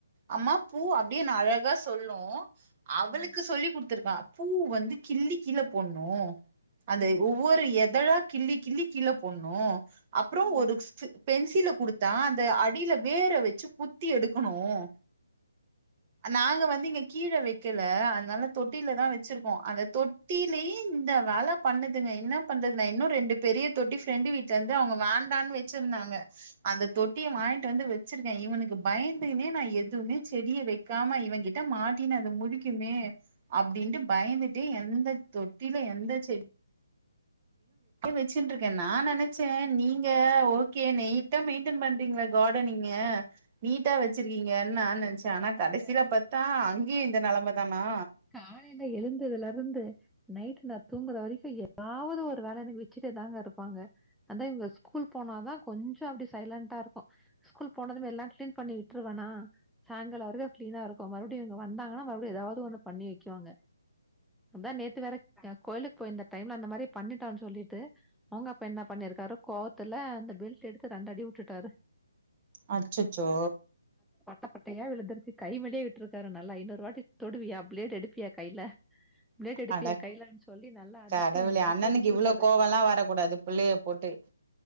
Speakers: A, on the right (about 30°); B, in the centre.
A: அம்மா பூ அப்படியே அழகா சொல்லும்
B: மாரி
A: அவளுக்கு சொல்லி கொடுத்து இருக்கா பூ வந்து கிள்ளி கீழ போடுன்னும் அது
B: ம்
A: ஒவ்வொரு எதழ கிள்ளி கிள்ளி கீழ போடணும் அப்புறம்
B: ஆமா
A: ஒரு பென்சி சுத்தில குடுத்தா அந்த அடியில வேற வச்சு குத்தி எடுக்கணும் நாங்க வந்து இங்க கீழே வைக்கல அதனால தொட்டியில தா வச்சிருக்கோம் அந்த தொட்டியிலே இந்த வேல பண்ணுதுங்க என்ன பண்றது இன்னும் ரெண்டு பெரிய தொட்டி ப்ரெண்டு வீட்டுல இருந்து அவங்க வேண்டான்னு வச்சிருந்தாங்க அந்த தொட்டிய வாங்கிட்டு வந்து வச்சிருக்கே இவனுக்கு பயந்துனே நா எதுவுமே செடிய வைக்காம இவன் கிட்ட மாட்டினு அது முழிக்குமே அப்படின்ட்டு பயந்துட்டு எந்த தொட்டில எந்த செடி வச்சுட்டு இருக்கே நா நினைச்சேன் நீங்க ஓகே நீட்டா மெயின்டென் பண்றீங்கள கார்டனிங்க நீட்டா வச்சிருக்கீங்கன்னு
B: எங்க
A: நா நினைச்சேன் ஆனா
B: அதாங்க
A: கடைசியில பார்த்தா அங்கேயும் இந்த நிலமா <unintelligible> நா
B: காலையில எழுந்ததுல இருந்து நைட் நா தூங்குற வரைக்கும் ஏதாவது ஒரு வேல எனக்கு வச்சிக்கிட்டேதாங்க இருப்பாங்க அந்தா இவங்க ஸ்கூல் போனாதான் கொஞ்சம் அப்படி சைலண்டா இருக்கும் ஸ்கூல் போனதுமே எல்லாம் கிளீன் பண்ணி விட்டுருவேன்னா சாயங்காலம் வரைக்கும் கிளீனா இருக்கும் மறுபடியும் இவங்க வந்தாங்கன்னா மறுபடியும் ஏதாவது ஒண்ணு பண்ணி வைக்காங்க அதா நேத்து வேற கோயிலுக்கு போயிருந்த டைம்ல அந்த மாதிரி பண்ணிட்டான்னு சொல்லிட்டு அவங்க அப்ப என்ன பண்ணிருக்காரு கோவத்துல இந்தந்த பெல்ட் எடுத்து ரெண்டு அடி விட்டுட்டாரு
A: அச்சச்சோ
B: பட்டப்பட்டட்டையா விழுதுருச்சு கைமலியே விட்டு இருக்காரு நல்ல ஐநூறுவட்டி தொடுவையா பிளேட் எடுப்பியா கைல பிளேட எடுப்பியா
A: அட
B: கைலு சொல்லி நல்லா அதத்தி
A: கடவுளே
B: மிரட்டி
A: அண்ணனுக்கு
B: விட்டுருக்காரு
A: இவ்ளோ கோவல்லா வரக்கூடாது புள்ளைய போட்டு